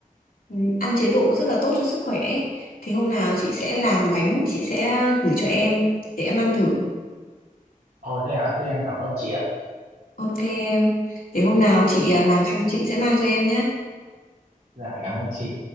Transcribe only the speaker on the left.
ừ, ăn chế độ rất là tốt cho sức khỏe ấy. thì hôm nào chị sẽ làm bánh chị sẽ gửi cho em để em ăn thử
Ok em. Để hôm nào chị
à, làm xong chị sẽ mang cho em nhé.